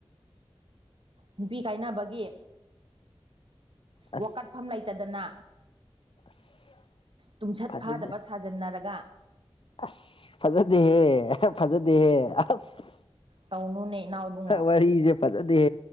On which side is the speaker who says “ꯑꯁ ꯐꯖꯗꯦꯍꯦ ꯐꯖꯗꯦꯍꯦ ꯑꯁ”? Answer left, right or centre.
Left